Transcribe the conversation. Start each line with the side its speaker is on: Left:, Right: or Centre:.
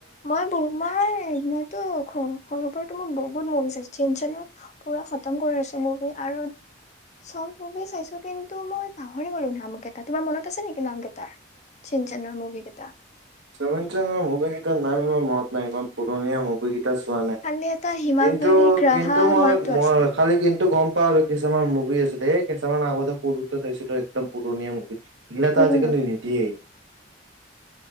Left: মই ব মাৰ মইতো সৰুৰ পৰাতো মই বহুত বহুত <unintelligible> বিচাৰিছো চিঞ্চনৰ পুৰা খতম কৰিছো মুভি আৰু চব মুভি চাইছো কিন্তু মই পাহৰি গলো নামকেইটা তোমাৰ মনত আছে নেকি নাম কেইটাৰ চিঞ্চনৰ মুভি কেইটা <unintelligible>
Right: চম চন্দৰ মুভগীতাৰ নাম ইাৰ মনত নাই ইমান পুৰণীয়া মুভগীত <unintelligible> চোৱা নাই
Left: খালি এটা হিমাবাৰী
Right: কিন্তু
Left: গ্ৰাহা
Right: কিন্তু মই
Left: মনতটো
Right: মই
Left: আছে
Right: খালি কিন্তু গম <unintelligible> কুৱা আৰু কিছুমান মুভি আছিলে এ কেইটামান আগতে সৰুতে চাইছিলোঁ একদম পুৰণীয়া মুভি। <unintelligible> এই তো
Left: উম
Right: আজিকালি
Left: উম
Right: নিটিয়েই <unintelligible>